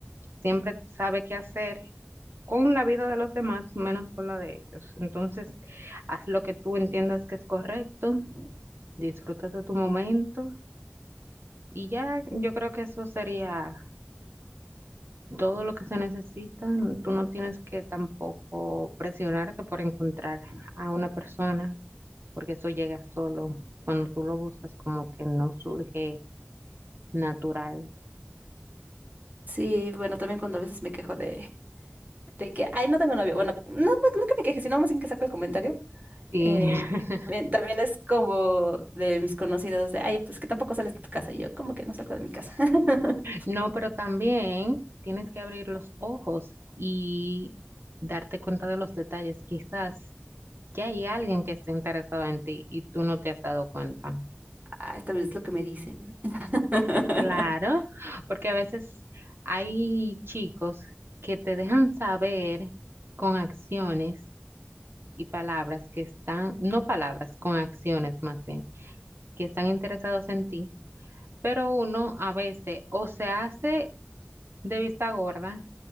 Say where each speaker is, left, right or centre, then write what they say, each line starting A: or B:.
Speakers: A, on the right; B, on the right.
A: siempre sabe qué hacer con la vida de los demás, menos con la de ellos. Entonces, haz lo que tú entiendas que es correcto, disfruta de tu momento y ya yo creo que eso sería todo lo que se necesita. Tú no tienes que tampoco presionarte por encontrar a una persona, porque eso llega solo. Cuando tú lo buscas, como que no surge Natural.
B: Sí, bueno, también cuando a veces me quejo de, de que, ay, no tengo novio. Bueno, no, no no que me queje, sino más bien que saco el comentario.
A: Sí.
B: Eh,
A: <laughs>
B: bien, también es como de mis conocidos de, ay, pues que tampoco sales de tu casa. Y yo, como que no salgo de mi casa. <laughs>
A: No, pero también tienes que abrir los ojos y darte cuenta de los detalles. Quizás ya hay alguien que esté interesado en ti y tú no te has dado cuenta.
B: Ah, también es lo que me dicen. <laughs>
A: Claro, porque a veces hay chicos que te dejan saber con acciones y palabras que están, no palabras, con acciones más bien, que están interesados en ti, pero uno a veces o se hace de vista gorda